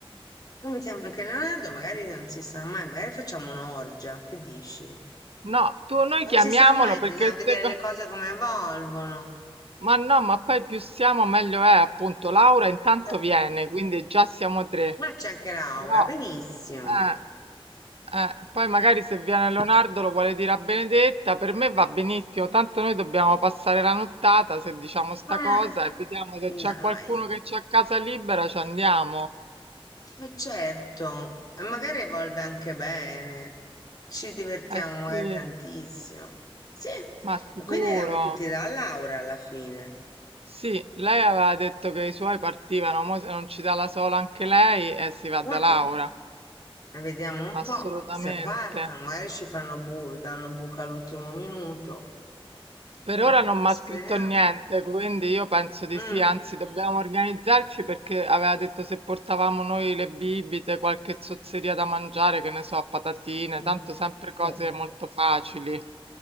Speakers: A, on the left; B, on the right.
A: noi mettiamo anche Leonardo, magari non si sa mai, magari facciamo un'orgia, che dici?
B: No, tu, noi
A: Non
B: chiamiamolo
A: si sa mai,
B: perché
A: bisogna vedere
B: seco-
A: le cose come evolvono.
B: Ma no, ma poi più siamo meglio è, appunto. Laura intanto
A: Eh,
B: viene, quindi già siamo tre.
A: ma c'è anche Laura,
B: Però,
A: benissimo.
B: eh, eh, poi magari se viene Leonardo lo vuole dire a Benedetta, per me va benissimo, tanto noi dobbiamo passare la nottata se diciamo sta
A: Eh,
B: cosa e vediamo se
A: dai.
B: c'è qualcuno che c'ha casa libera, ci andiamo.
A: E certo, e magari evolve anche bene, ci divertiamo
B: Eh sì,
A: magari tantissimo. Sì, e
B: ma sicuro.
A: quindi andiamo tutti da Laura alla fine.
B: Sì, lei aveva detto che i suoi partivano, mo se non ci dà la sola anche lei, eh, si va da
A: Mm.
B: Laura,
A: E vediamo un po'
B: assolutamente.
A: se partono, magari ci fanno bu danno buca all'ultimo minuto.
B: Per
A: Eh,
B: ora non mi
A: speriamo.
B: ha scritto niente, quindi io penso di
A: Mm.
B: sì, anzi dobbiamo organizzarci perché aveva detto se portavamo noi le bibite, qualche zozzeria da mangiare, che ne so, patatine,
A: Mm.
B: tanto sempre cose
A: Eh,
B: molto facili.